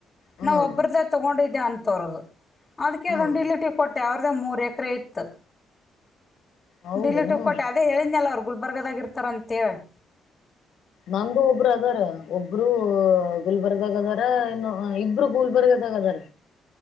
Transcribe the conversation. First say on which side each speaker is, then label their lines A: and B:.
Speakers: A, on the left; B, on the left.
A: ಹ್ಮ್
B: ನಾವ್ ಒಬ್ಬ್ರ್ದ ತೊಗೊಂಡವಿ ಇನ್ ತೊರದು ಅದಕ್ಕೆ
A: ಹ್ಮ್
B: ಅದಂದು ಇಲ್ಲಿಟ ಕೊಟ್ಟ ಟಾವ್ರದ ಮೂರು ಎಕರೆ ಇತ್ತು
A: ಹೌದೇನು
B: ಡಿಲೀಟ್ ಕೊಟ್ಟ ಅದ ಹೇಳಿದ್ಲ್ಲ ಅವ ಗುಲ್ಬರ್ಗದಾಗಿ ಇರ್ತಾರಂತೆ ಹೇಳಿ
A: ನಮ್ದು ಒಬ್ರು ಅದಾರ ಒಬ್ರುೂ ಗುಲ್ಬರ್ಗದಾಗ ಅದಾರ ಇನ್ನು ಇಬ್ರು ಗುಲ್ಬರ್ಗದಾಗ ಅದಾರ